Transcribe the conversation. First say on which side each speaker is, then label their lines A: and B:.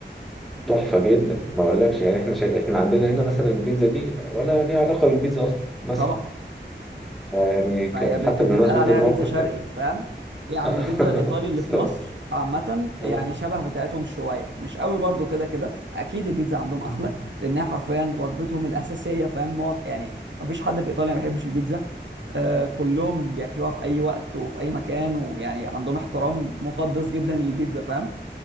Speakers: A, in the centre; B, on the right.
A: تحفة جدا ما أقولكش يعني احنا شا... احنا عندنا هنا مثلا البيتزا دي ولا ليها علاقة بالبيتزا أصلا مثلا
B: طبعا
A: آه، يعني كان
B: ما هي بت-
A: حتى
B: بتقال
A: بمناسبة
B: عليها
A: الموقف
B: بيتزا شرقي
A: ده
B: فاهم يعني
A: <laughs>
B: البيتزا الايطالي
A: بس-
B: اللي في مصر عامه
A: اه
B: يعني شبه بتاعتهم شويه مش قوي برضو كده كده اكيد البيتزا عندهم
A: مم.
B: احلى لانها حرفيا وجبتهم الاساسيه فاهم معظم يعني ما فيش حد في ايطاليا ما بيحبش البيتزا آه كلهم بياكلوها في اي وقت وفي اي مكان ويعني عندهم احترام مقدس جدا للبيتزا فاهم